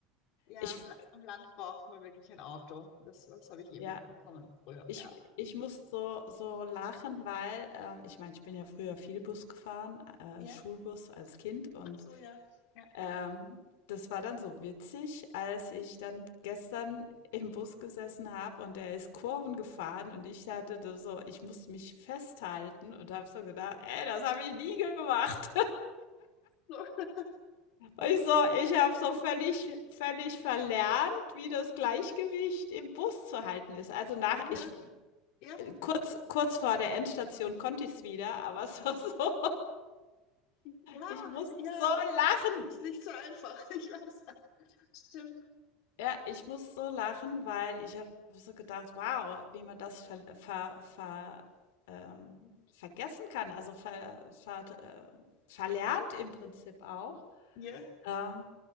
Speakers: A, on the left; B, on the left.
A: Ja,
B: ich f
A: am La- am Land braucht man wirklich ein Auto. Das, das habe ich eh
B: ja,
A: mitbekommen früher.
B: ich
A: Ja.
B: ich muss so so lachen, weil, ähm ich meine, ich bin ja früher viel Bus gefahren, äh,
A: Ja.
B: Schulbus als Kind und,
A: Ach so, ja. Ja.
B: ähm, das war dann so witzig, als ich dann gestern im Bus gesessen habe und der ist Kurven gefahren und ich hatte da so ich musste mich festhalten und habe so gedacht: „Ey, das habe ich nie gemacht.“
A: So,
B: Ich so ich habe so völlig völlig verlernt, wie das Gleichgewicht im Bus zu halten ist. Also, nach
A: ja,
B: ich
A: ja,
B: kurz kurz vor der Endstation konnte ich es wieder, aber <laughs> es war so <laughs>
A: ja,
B: ich muss
A: ja.
B: so lachen.
A: Ist nicht so einfach, <laughs> ich weiß. Stimmt.
B: Ja, ich muss so lachen, weil ich habe so gedacht: „Wow, wie man das ver ver ver ähm, vergessen kann.“ Also, ver vert äh, verlernt im Prinzip auch,
A: Ja.
B: ähm